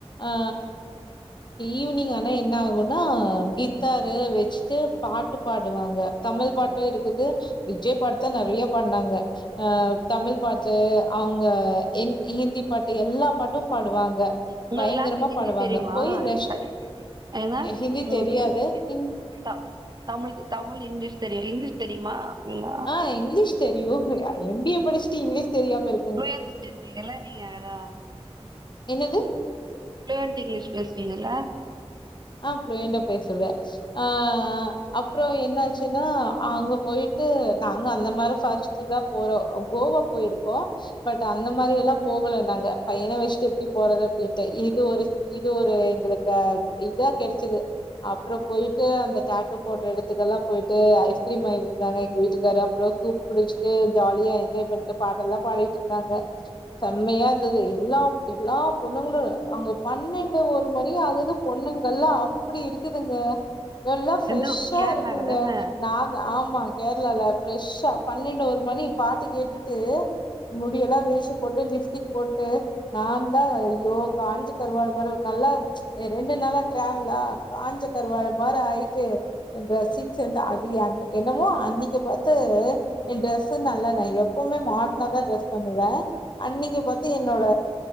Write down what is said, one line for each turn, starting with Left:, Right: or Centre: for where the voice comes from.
Left: அ ஈவ்னிங் ஆனா என்னாகுனா கித்தாரு வச்சுட்டு பாட்டு பாடுவாங்க தமிழ் பாட்டு இருக்குது விஜய் பாட்டு தா நெறய பாடுனாங்க அ தமிழ் பாட்டு அவுங்க ஹிந்தி பாட்டு எல்லா பாட்டு பாடுவாங்க
Right: உங்களுக்கு
Left: பயங்கரமா
Right: லாங்குவேஜ் ஹிந்தி
Left: பாடுவாங்க
Right: தெரியுமா
Left: போய் ரெஸ்ட்
Right: அ- ஏங்க
Left: ஹிந்தி
Right: உங்களுக்கு
Left: தெரியாது ஹி
Right: த தமிழ் தமிழ் இங்லீஷ் தெரியு இங்லீஷ் தெரியுமா ஃபுல்லா
Left: ஆ இங்லீஷ் தெரியு எம் பி ஏ படிச்ட்டு இங்லீஷ் தெரியாம இருக்
Right: ப்ளுயன்ஸ் பேசுவீங்ளா நீங்க அழகா
Left: என்னது
Right: பிலுயென்ட் இங்லீஷ் பேசுவீங்க இல்ல
Left: ஆ பு்ளுயண்டா பேசுவ அ அப்றோ என்னாச்சுன்னா அங்க பொயிட்டு நாங்க அந்த மாரி ஃபாஸ்ட் தா போறோ கோவா போயிருக்கோ பட் அந்த மாரி எல்லாம் போகல நாங்க பையன வச்சிட்டு எப்டி போறது அப்டின்ட்டு இது ஒரு இது ஒரு எங்களுக்க இதா கெடச்சது அப்ரோம் போயிட்டு அந்த டேட்டோ போட்ட இடத்துக்கெலாம் போயிட்டு ஐஸ்கிரீம் வாங்கிருந்தாங்க எங்க வீட்டுக்கார் அப்ரோம் சூப் குளிச்ட்டு ஜாலியா என்ஜாய் பண்ட்டு பாட்டெல்லாம் பாடிட்டு இருந்தாங்க செம்மயா இருந்துது எல்லா எல்லா பொண்ணுங்ளும் அங்க பன்னெண்டு ஒரு மணி ஆகுது பொண்ணுங்கல்லாம் அப்டி இருக்குதுங்க எல்லாம் ஃப்ரெஷ்ஷா
Right: எந்த கேரளால
Left: இருக்குங்க
Right: தான
Left: நாங்க ஆமா கேரளால ப்ரெஷ்ஷா பன்னெண்டு ஒரு மணி பாட்டு கேட்டுட்டு முடியெல்லாம் விரிச்சி போட்டு லிப்டிக் போட்டு நான்தான் ஐயோ காஞ்சு கருவாடு மாரி ஒரு நல்லா ரெண்டு நாளா டிராவலா காஞ்சக்கருவாடு மாறி ஆயிட்டு என் டிரெஸ்ஸிங் சென்ஸ் அது அன்னக் என்னமோ அன்னைக்கின் பாத்து என் டிரரெஸ்ஸும் நல்லலே எப்பவுமே மாடர்ன தான் ட்ரெஸ் பண்ணுவேன் அன்னைக்கி பாத்து என்னோட